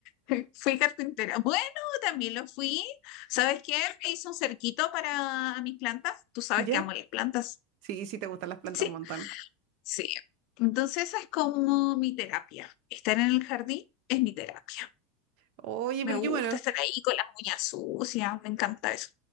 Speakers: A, on the left (about 55°); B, on the right (about 55°).
A: <laughs> Fui carpintera. Bueno, también lo fui. ¿Sabes qué? Me hice un cerquito para mis plantas. Tú sabes
B: ¿Ya?
A: que amo las plantas.
B: Sí, sí, te gustan las plantas
A: Sí,
B: un montón.
A: sí. Entonces esa es como mi terapia. Estar en el jardín es mi terapia.
B: Oye,
A: Me
B: pero
A: gusta
B: qué bueno.
A: estar ahí con las uñas sucias. Me encanta eso.